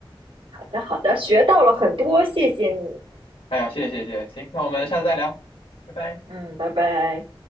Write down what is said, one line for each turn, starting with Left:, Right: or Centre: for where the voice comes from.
Right: 好的好的，学到了很多，谢谢你。
Left: 哎呀，谢谢谢谢，行，那我们下次再聊，拜拜。
Right: 嗯，拜拜。